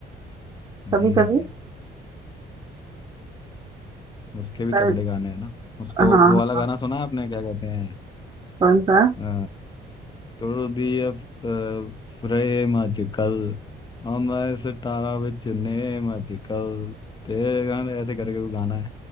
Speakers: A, on the left; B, on the right.
A: हम्म
B: कभी कभी
A: उसके भी
B: पर
A: तगड़े गाने हैं ना उसका
B: हाँ
A: वो,
B: हाँ,
A: वो वाला गाना सुना है आपने क्या कहते हैं
B: कौन सा
A: अ, तोड़ दी अब फ्रेम अजकल हम ऐसे तारा विच नेम अजकल तेरे गाने ऐसे करके कोई गाना है